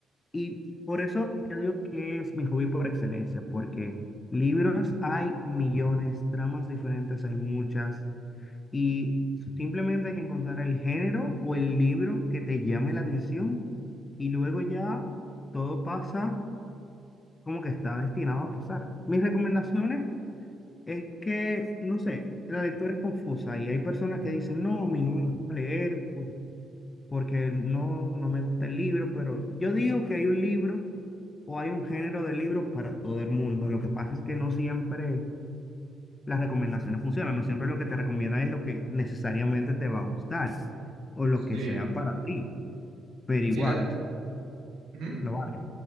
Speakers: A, on the left; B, on the right.
A: y por eso yo digo que es mi hobby por excelencia, porque libros hay millones, tramas diferentes hay muchas, y simplemente hay que encontrar el género o el libro que te llame la atención, y luego ya todo pasa como que está destinado a pasar. Mis recomendaciones es que, no sé, la lectura es confusa y hay personas que dicen, no, a mí no me gusta leer por- porque no, no me gusta el libro, pero yo digo que hay un libro o hay un género de libro para todo el mundo. Lo que pasa es que no siempre las recomendaciones funcionan, no siempre lo que te recomiendan es lo que necesariamente te va a gustar o lo
B: Sí,
A: que sea para ti, pero igual,
B: sí, la-
A: o sea,
B: ujú.
A: lo vale.